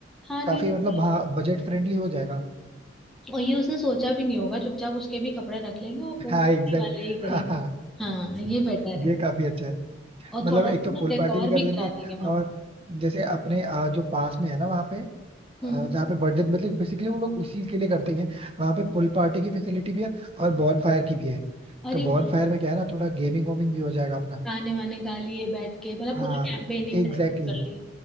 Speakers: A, in the centre; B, on the right.
A: हाँ नहीं
B: काफी
A: बढ़िया
B: मतलब हाँ बजट फ्रेंडली हो जाएगा
A: और ये उसने सोचा भी नहीं होगा चुपचाप उसके भी कपड़े रख लेंगे और पूल
B: हाँ
A: पार्टी
B: एग्जैक्ट
A: वाले ही करेंगे
B: हाँ हाँ
A: हाँ ये बेटर
B: ये
A: है
B: काफी अच्छा है
A: और
B: मतलब
A: थोड़ा
B: एक
A: सा
B: तो
A: ना
B: पूल
A: डेकोर
B: पार्टी भी कर
A: भी
B: लेंगे
A: करा देंगे वहाँ
B: और
A: पे
B: जैसे अपने अ, जो पास में है ना वहाँ पे
A: हम्म
B: अ,
A: हम्म।
B: जहाँ पे बर्थडे मतलब बेसिकली वो लोग उसी के लिए करते हैं वहाँ पे पूल पार्टी की फैसिलिटी भी है और बॉन फायर की भी है
A: अरे
B: तो बॉन
A: वाह
B: फायर में क्या है ना थोड़ा गेमिंग वेमिंग भी हो जाएगा अपना
A: गाने वाने गा लिए बैठ के मतलब
B: हाँ
A: पूरा कैंपेनिंग
B: एग्जैक्टली
A: टाइप कर लिया